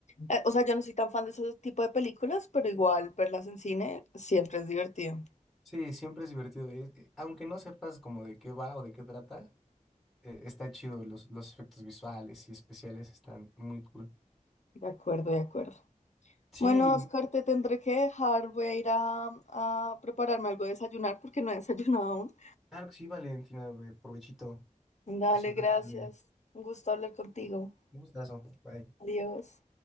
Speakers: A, on the left; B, in the centre.
A: Eh, o sea, yo no soy tan fan de ese tipo de películas, pero igual verlas en cine siempre es divertido.
B: Sí, siempre es divertido, eh, eh, aunque no sepas como de qué va o de qué trata, eh, está chido, los, los efectos visuales y especiales están muy cool.
A: De acuerdo, de acuerdo.
B: Sí,
A: Bueno, Oscar, te tendré que dejar. Voy a ir a, a prepararme algo de desayunar porque no he desayunado aún.
B: claro que sí, Valentina, eh, provechito,
A: Dale,
B: disfruta
A: gracias.
B: tu día.
A: Un gusto hablar contigo.
B: Un gustazo, bye.
A: Adiós.